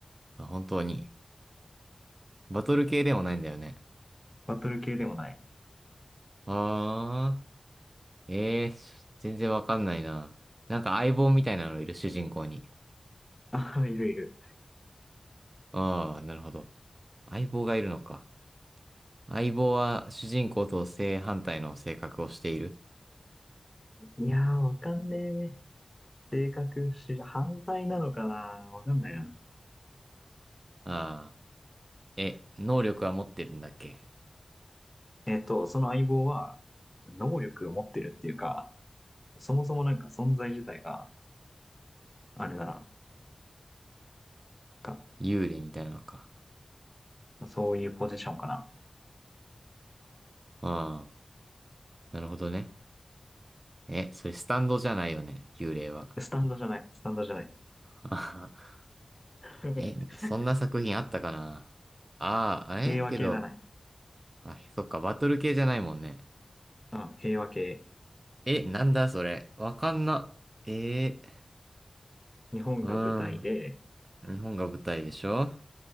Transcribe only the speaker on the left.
バトル系でもない。
あ、<laughs> いるいる。
いやー、わかんねえ。性格不思反対なのかなわかんないな。
えっと、その相棒は、能力を持ってるっていうか、そもそもなんか存在自体が、あれだな。か、
そういうポジションかな。
スタンドじゃない。スタンドじゃない。
<laughs>
平和系だね。
うん、平和系。
日本が舞台で、